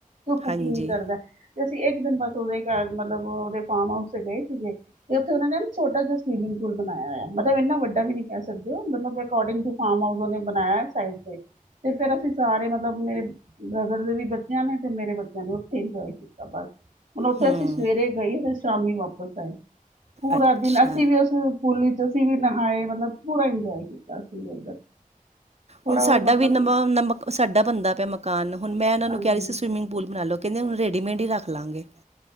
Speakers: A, on the right; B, on the right.
A: ਤੇ ਉਹ ਕੁਕਿੰਗ
B: ਹਾਂਜੀ
A: ਵੀ ਕਰਦਾ। ਤੇ ਅਸੀਂ ਇੱਕ ਦਿਨ ਬਸ ਉਹਦੇ ਘਰ ਮਤਲਬ ਉਹਦੇ ਫਾਰਮ ਹਾਊਸ ਤੇ ਗਏ ਸੀਗੇ ਤੇ ਉੱਥੇ ਉਹਨਾਂ ਨੇ ਛੋਟਾ ਜਿਹਾ ਸਵੀਮਿੰਗ ਪੂਲ ਬਣਾਇਆ ਹੋਇਆ ਏ, ਮਤਲਬ ਇਨਾ ਵੱਡਾ ਵੀ ਨੀ ਕਹਿ ਸਕਦੇ ਮਤਲਬ ਅਕੋਡਿੰਗ ਟੂ ਫਾਰਮ ਹਾਊਸ ਉਨੇ ਬਣਾਇਆ ਹੋਇਆ ਸਾਇਡ ਤੇ। ਤੇ ਫੇਰ ਅਸੀਂ ਸਾਰੇ ਮਤਲਬ ਮੇਰੇ ਬ੍ਰਦਰ ਦੇ ਵੀ ਬੱਚਿਆਂ ਨੇ ਤੇ ਮੇਰੇ ਬੱਚਿਆਂ ਨੇ ਉੱਥੇ ਇੰਜੋਏ ਕੀਤਾ ਬਸ। ਹੁਣ ਉੱਥੇ
B: ਹੂੰ
A: ਅਸੀਂ ਸਵੇਰੇ ਗਈ ਤੇ ਸ਼ਾਮੀ ਵਾਪਿਸ ਆਏ ਪੂਰਾ
B: ਅੱਛਾ
A: ਦਿਨ ਅਸੀਂ ਵੀ ਉਸ ਪੂਲ ਚ ਅਸੀਂ ਵੀ ਨਹਾਏ ਮਤਲਬ ਪੂਰਾ ਇੰਜੋਏ ਕੀਤਾ ਸੀ ਅਸੀਂ ਵੀ ਉੱਧਰ। ਥੋੜਾ
B: ਹੁਣ ਸਾਡਾ
A: ਉਹ ਮਤਲਬ
B: ਵੀ ਨਵਾ ਨ ਸਾਡਾ ਬਣਦਾ ਪਿਆ ਮਕਾਨ ਹੁਣ ਮੈਂ ਇਹਨਾਂ
A: ਹਾਂਜੀ
B: ਨੂੰ ਕਹਿ ਰਹੀ ਸੀ ਸਵਿਮਿੰਗ ਪੂਲ ਬਣਾ ਲਓ। ਕਹਿੰਦੇ ਹੁਣ ਰੇਡੀਮੇਡ ਹੀ ਰੱਖ ਲਾਂਗੇ।